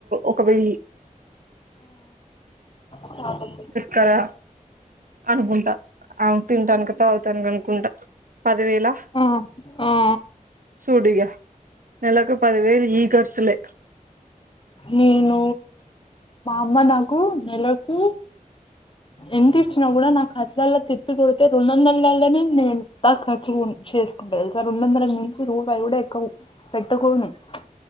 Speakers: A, on the right; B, on the left.
A: ఒక వెయ్యి
B: పకంపప్పు
A: కదా అనుకుంట ఆమె తింటానికి తాగుతానికి అనుకుంటా పదివేలా.
B: ఆ ఆ
A: చూడు ఇగ నెలకు పదివేదు ఈ ఖర్చులే
B: నీను మా అమ్మ నాకు నెలకు ఎంత ఇచ్చినా కూడా నా ఖర్చులలో తిప్పికొడితే రెండువందలల్లోనే నేను ఖర్చుగును చే చేస్కుంటా తెలుసా రెండు వందలకి మించి రూపాయి కూడా ఎక్కవ పెట్టుకోను చ్